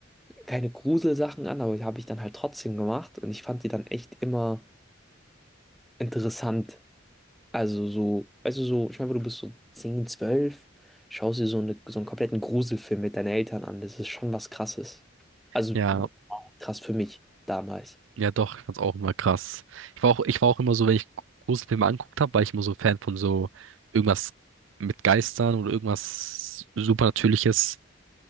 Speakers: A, in the centre; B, on the right.
A: keine Gruselsachen an, aber die habe ich dann halt trotzdem gemacht und ich fand die dann echt immer interessant. Also so, weißt du, so, ich meine, du bist so 10 12 schaust dir so, eine, so einen kompletten Gruselfilm mit deinen Eltern an. Das ist schon was Krasses. Also
B: Ja.
A: krass für mich damals.
B: Ja, doch, ich fand's auch immer krass. Ich war auch, ich war auch immer so, wenn ich Gruselfilme angeguckt habe, war ich immer so Fan von so irgendwas mit Geistern oder irgendwas Supernatürliches.